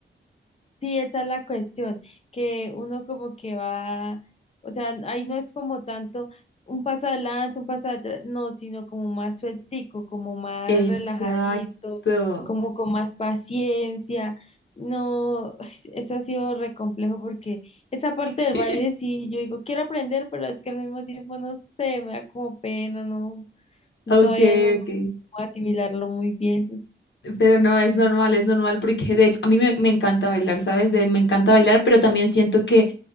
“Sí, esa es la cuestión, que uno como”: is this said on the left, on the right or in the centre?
Left